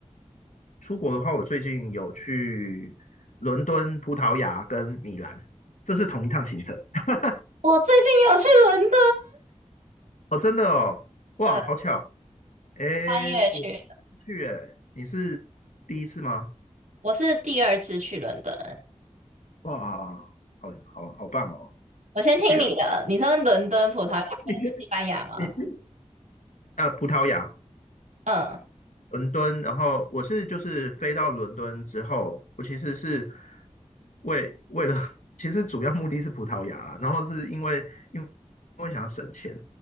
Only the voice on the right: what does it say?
我最近有去伦敦，
对，
三月去的
我是第二次去伦敦。
我先听你的，
你说伦敦、葡萄牙跟西班牙吗？
嗯